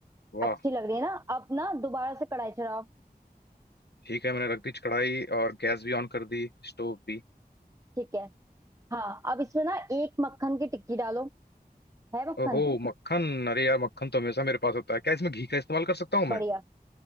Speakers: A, on the left; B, on the right.
A: वाह
B: अच्छी लग रही है ना अब ना दोबारा से कढ़ाई चढ़ाओ
A: ठीक है मैंने रख दी कढ़ाई और गैस भी ऑन कर दी स्टोव भी
B: ठीक है हाँ अब इसमें ना एक मक्खन की टिक्की डालो है मक्खन
A: ओहो मक्खन अरे यार मक्खन तो हमेशा मेरे पास होता है क्या इसमें घी का इस्तेमाल कर सकता हूँ मैं
B: बढ़िया